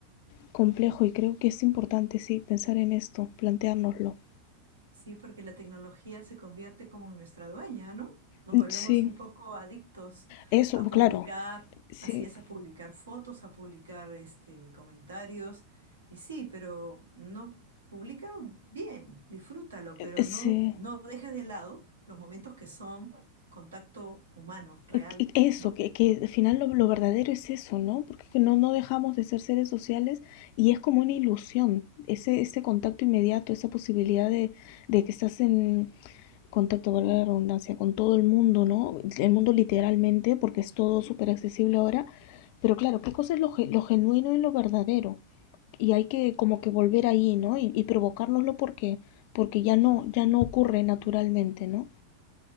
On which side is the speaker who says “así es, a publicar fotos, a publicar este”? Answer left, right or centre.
Right